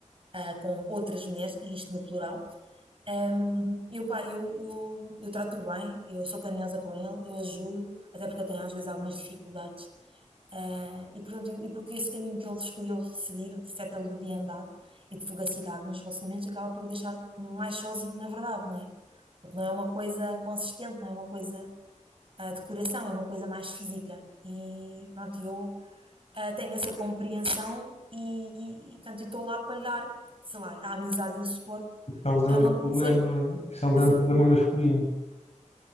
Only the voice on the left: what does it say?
Isso é um grande
problema, isso é um grande
problema
masculino.